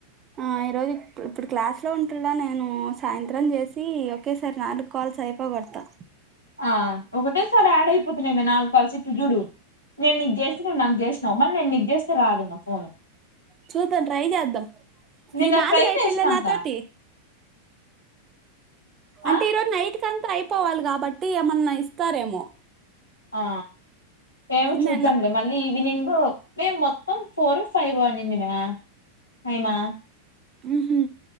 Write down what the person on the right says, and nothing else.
ఆ ఈరోజు ఇప్పుడు క్లాస్ లో ఉంటుడా నేను సాయంత్రం చేసి ఓకే సారి నాలుగు కాల్స్ అయిపో కొడతా
చూద్దాం ట్రై చేద్దాం
నీ నాలుగు
అయిపోళ్ళ
నాతోటి అంటే
ఈరోజు నైట్ కంతా అయిపోవాలి కాబట్టి ఏమన్నా ఇస్తారేమో
నిన్న
ఉహు